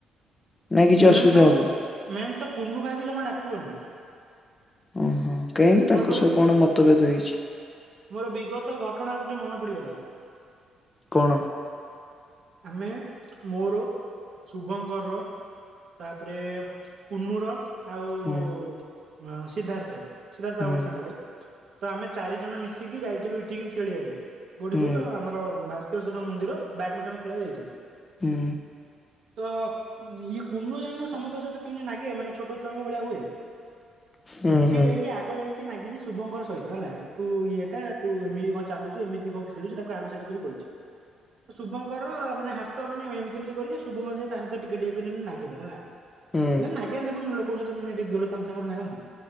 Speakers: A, on the left; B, on the right.
A: ନାଇଁ କିଛି
B: ମେନ୍
A: ଅସୁବିଧା
B: ତ
A: ହବ
B: ମେନ୍ ତ କୁନୁ ଭାଇକି ଜମା ଡାକିବନି।
A: ଓହୋ କାହିଁକି
B: ମୋର
A: ତାଙ୍କ
B: ଗୋଟେ
A: ସହ କଣ ମତଭେଦ ହେଇଛି?
B: ମୋର ବିଗତ ଘଟଣା ଗୋଟେ ମନେ ପଡିଗଲା।
A: କଣ?
B: ଆମେ ମୋର ଶୁଭଙ୍କର ତାପରେ କୁନୁର ଆଉ
A: ହୁଁ
B: ସିଦ୍ଧାର୍ଥ ର। ସିଦ୍ଧାର୍ଥ ତା
A: ହୁଁ
B: ଆଉ ଗୋଟେ ସାଙ୍ଗଟେ ତ ଆମେ ଚାରି ଜଣ ମିଶିକି ଯାଇଥିଲୁ ଏଠିକି ଖେଳିବାକୁ। କୋଉଠି
A: ହୁଁ
B: କହିଲ ଆମର ଭାସ୍କରେଶ୍ୱର ମନ୍ଦିର ବ୍ୟାଡମିଣ୍ଟନ ଖେଳିବାକୁ ଯାଇଥିଲୁ।
A: ହୁଁ।
B: ତ ଇଏ କୁନୁ ଜାଣିନୁ ସମସ୍ତଙ୍କ ସହ କେମିତି ନାଗେ ମାନେ ଛୋଟ ଛୁଆଙ୍କ ଭଳିଆ ହୁଏ।
A: ହୁଁ ହୁଁ
B: ସିଏ
A: ହୁଁ।
B: ଯାଇକି ଆଗ ଯାଇକି ନାଗିଛି ଶୁଭଙ୍କର ସହିତ ହେଲା। ତୁ ଇଏଟା ତୁ ଏମିତି କଣ ଚାଲୁଛୁ ଏମିତି କଣ ଖେଳୁଛୁ ତାକୁ ଆଡୁସାଡୁ କରି କହିଛି। ତ ଶୁଭଙ୍କର ର ମାନେ ହାତ ମାନେ ଏମତି ଏମତି କରିଛି ଶୁଭଙ୍କର ତା ସହିତ ଟିକେ ଟିକେ କରି ନାଗିଦେଲା ହେଲା।
A: ହୁଁ ହୁଁ ହୁଁ
B: ନା ନାଗ ଆଜ୍ଞା ଦେଖୁନୁ ଲୋକସହିତ ମାନେ ଟିକେ ଗେଲ ତାମସା କରି ନାଗନ୍ତି